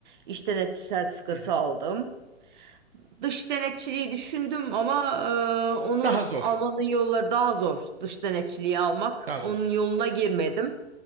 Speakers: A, on the right; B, on the right.
A: İş denetçi sertifikası
B: hı hı.
A: aldım. Dış denetçiliği düşündüm ama e, onu
B: Daha zor.
A: almanın yolları daha zor. Dış denetçiliği almak.
B: Daha
A: Onun
B: zor.
A: yoluna girmedim.